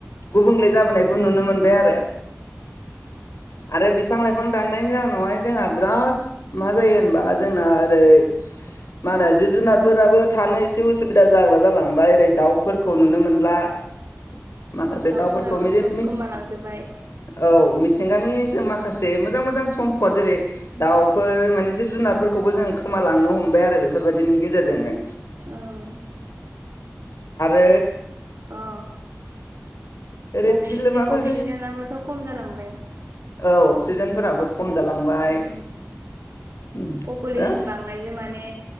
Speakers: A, on the left; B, on the right.
A: गुबुंले जाबोनायखौ नुनो मोनबाय आरो आरो बिफां लाइफां दाननायनि जाहोनावहाय जोंहा बिराद मा जायो होनबा जोंना ओरै मा होनो जिब जुनारफोराबो थानो एसे उसुबिदा जाग्रा जालांबाय ओरै दाउफोरखौ नुनो मोनला माखासे
B: दाउफोराबो
A: दाउफोरखौ मिरि
B: सब
A: मिथि
B: गोमालांजोब्बाय
A: औ मिथ मिथिंगानि जों माखासे मोजां मोजां सम्पद जेरै दाउफोर माने जिब जुनारफोरखौबो जों खोमालांनो हमबाय आरो बेफोरबायदिनि गेजेरजोंनो
B: ओं
A: आरो
B: औ
A: ओरै
B: अक्सिजेन
A: बिलोमाफोर
B: अक्सिजेनाबोथ खम जालांबाय
A: औ अक्सिजेनफोराबो खम जालांबाय
B: उम
A: उम
B: पपुलेसन
A: बिराद
B: बांनायजों माने